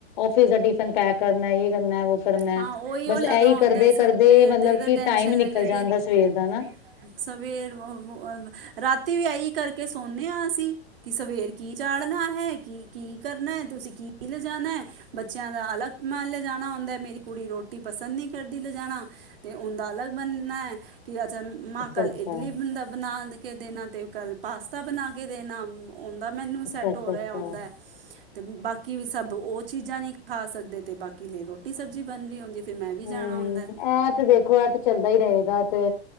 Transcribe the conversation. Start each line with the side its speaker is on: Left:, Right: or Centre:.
Left: ਔਫਿਸ ਦਾ ਟਿਫਿਨ ਪੈਕ ਕਰਨਾ ਯ ਕਰਨਾ ਵ ਕਰਨਾ
Right: ਹਾਂ ਉਹੀ
Left: ਬਸ
Right: ਉਹ ਲਗਾ
Left: ਇਹੀ
Right: ਹੁੰਦਾ
Left: ਕਰਦੇ ਕਰਦੇ
Right: ਸਵੇਰ
Left: ਮਤਲਬ
Right: ਦੇ ਤਾਂ
Left: ਕਿ
Right: ਟੈਸ਼ਨ
Left: ਟਾਈਮ
Right: ਲੱਗੀ
Left: ਨਿਕਲ
Right: ਹੁੰਦੀ
Left: ਜਾਂਦਾ
Right: ਹੈ
Left: ਸਵੇਰ ਦਾ ਨਾ
Right: ਸਵੇਰ ਰਾਤੀ ਵੀ ਆਹੀ ਕਰਕੇ ਸੌਦੇ ਹਾਂ ਅਸੀਂ ਕਿ ਸਵੇਰ ਕੀ ਚਾੜਣਾ ਹੈ ਕੀ ਕੀ ਕਰਨਾ ਹੈ ਤੁਸੀਂ ਕੀ ਲਿਜਾਣਾ ਹੈ ਬੱਚਿਆਂ ਦਾ ਅਲਗ ਮ ਲਿਜਾਣਾ ਹੁੰਦਾ ਮੇਰੀ ਕੁੜੀ ਰੋਟੀ ਪਸੰਦ ਨਹੀਂ ਕਰਦੀ ਲਿਜਾਣਾ ਤੇ ਉਹਦਾ ਅਲਗ ਬਣਨਾ ਹੈ ਕਿ ਅੱਜ ਮਾਂ
Left: ਅੱਛਾ-ਅੱਛਾ,
Right: ਕੱਲ ਇਡਲੀ ਬਦਾ ਬਣਾ ਕੇ ਦੇਣਾ ਅਤੇ ਕੱਲ ਪਾਸਤਾ ਬਣਾ ਕੇ ਦੇਣਾ ਆਉਂਦਾ ਮੈਨੂੰ ਸੈਟ
Left: ਅੱਛਾ-ਅੱਛਾ-ਅੱਛਾ।
Right: ਹੋ ਰਿਹਾ ਆਦਾ ਹੈ ਤੇ ਬਾਕੀ ਸਭ ਉਹ ਚੀਜ਼ਾਂ ਨੀ ਖਾ ਸਕਦੇ ਤੇ ਬਾਕੀ ਲ ਰੋਟੀ ਸਬਜ਼ੀ ਬਣ ਰਹੀ ਹੁੰਦੀ ਫਿਰ ਮੈਂ ਵੀ
Left: ਹਮ
Right: ਜਾਣਾ ਹੁੰਦਾ
Left: ਇਹ ਤੇ ਦੇੇਖੋ ਇਹ ਤੇ ਚੱਲਦਾ ਹੀ ਰਹੇਗਾ ਤੇ